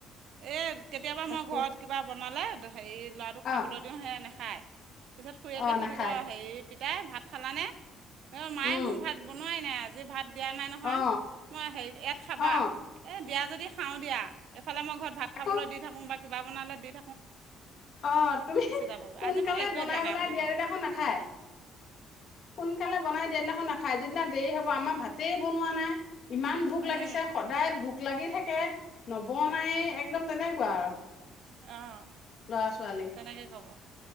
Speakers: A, on the right (about 70°); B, on the left (about 55°).
A: এ কেতিয়াবা
B: তাকে
A: মই ঘৰত কিবা বনালে হেৰি ল'ৰাটোক খাবলৈ
B: অ
A: দিও সেয়া নেখায়। পিছত খুৰীয়েকে
B: অ
A: সুধিব
B: নাখায়
A: হেৰি পিতাই ভাত খালানে, অ' মায়ে
B: উম
A: মোৰ ভাত বনোৱাই নাই। আজি ভাত দিয়া নাই নহয়,
B: অ
A: মই হেৰি ইয়াত খাবা
B: অ
A: এই দিয়া যদি খাও দিয়া, এইফালে মই ঘৰত ভাত খাবলৈ
B: আকৌ
A: দি থাকো বা কিবা বনালে দি থাকো।
B: অ' তুমি সোনকালে
A: যাবগৈ আজি মোক একোৱে
B: বনাই
A: দিয়া
B: পেলাই
A: নাই বুলি
B: দিয়াৰ
A: ক'ব
B: দিনাখন নাখায়। সোনকালে বনাই দিয়া দিনাখন নাখায়, যিদিনা দেৰি হ'ব আমাৰ ভাতেই বনোৱা নাই ইমান ভোক
A: অঁ
B: লাগিছে, সদায় ভোক লাগি থাকে, নবনায়েই একদম তেনেকুৱা আৰু
A: অহ
B: ল'ৰা ছোৱালী
A: তেনেকে ক'ব